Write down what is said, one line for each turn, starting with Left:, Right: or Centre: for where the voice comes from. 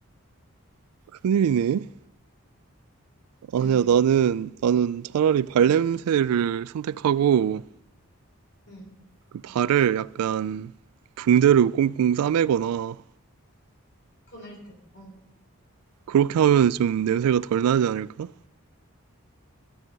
Right: 큰일이네. 아니야,
Left: 응,
Right: 나는, 나는 차라리 발냄새를
Left: 응,
Right: 선택하고,
Left: 응,
Right: 그 발을 약간 붕대로 꽁꽁 싸매거나,
Left: 보낼 듯. 어.
Right: 그렇게 하면 좀 냄새가 덜 나지 않을까?